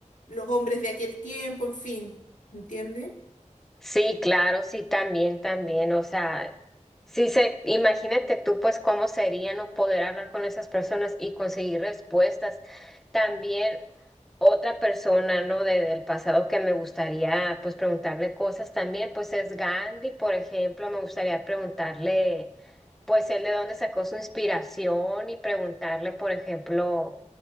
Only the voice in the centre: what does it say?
Sí, claro, sí, también, también, o sea, sí se, imagínate tú pues cómo sería no poder hablar con esas personas y conseguir respuestas. También otra persona, ¿no? De, del pasado que me gustaría pues preguntarle cosas también, pues es Gandhi, por ejemplo, me gustaría preguntarle pues él de dónde sacó su inspiración y preguntarle, por ejemplo,